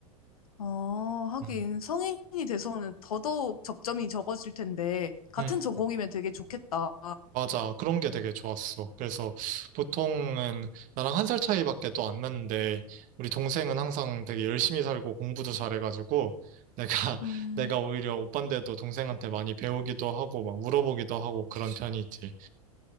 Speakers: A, on the left (about 75°); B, on the right (about 45°).
A: 어, 하긴
B: 음.
A: 성인이 돼서는 더더욱 접점이 적어질 텐데 같은
B: 음.
A: 전공이면 되게 좋겠다.
B: 맞아. 그런 게 되게 좋았어. 그래서 보통은 나랑 한 살 차이밖에 또 안 났는데 우리 동생은 항상 되게 열심히 살고 공부도 잘해가지고 내가 <laughs>
A: 음.
B: 내가 오히려 오빠인데도 동생한테 많이 배우기도 하고 막 물어보기도 하고 그런 편이지.